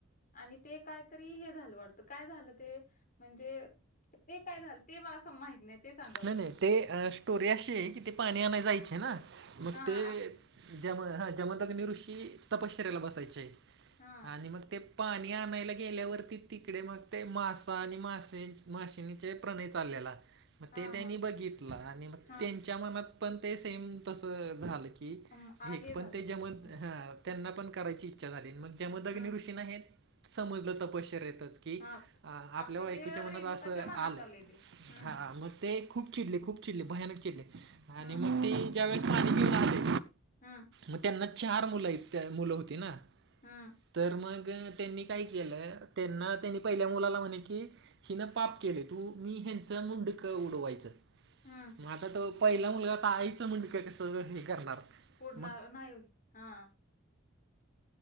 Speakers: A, on the left (about 40°); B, on the right (about 60°).
A: आणि ते कायतरी हे झालं वाटत काय झालं ते म्हणजे ते काय झालं ते मला माहित नाही ते सांगा
B: नाही
A: तुम्ही.
B: नाही ते अ स्टोरी अशी आहे कि ते पाणी आणाय जायचे ना मग
A: हा
B: ते
A: आठ
B: ज्याम हा जमदग्नी ऋषी तपश्चर्यला बसायचे आहे
A: हा
B: आणि मग ते पाणी आणायला गेल्यावरती तिकडे मग ते मासा आणि मासे माशनीचे प्रणय चाललेला मग
A: हा
B: ते त्यांनी
A: हा
B: बघितलं आणि मग
A: हा
B: त्यांच्या मनात पण ते सेम तस झालं की
A: अम, आ,
B: की हे
A: झालं
B: पण त्याच्या म
A: हं
B: ह त्यांना पण करायची इच्छा झाली मग जमदग्नी
A: हं,
B: ऋषींना हे समजलं अ की
A: हा
B: आपल्या
A: असं
B: बायकोच्या
A: ते
B: मनात
A: रेणुकाच्या
B: अस आलंय
A: मनात ते हं
B: ह
A: हं
B: मग ते खूप चिडले, खूप चिडले भयानक चिडले आणि
A: हं
B: मग ते ज्या वेळेस पाणी पिऊन आले
A: हम्म
B: मग त्यांना चार मुलं, मुलं होती ना
A: हम्म
B: तर मग त्यांनी काय केलं त्यांना त्यांनी पहिल्या मुलाला म्हणे की हिन पाप केले तू मी ह्यांच मुंडक मुंडक उडवायचं
A: हम्म
B: मग आता तो पहिला मुलगा आता आईचं मुंडक कसं हे करणार
A: पुडणार
B: मग
A: नाही हा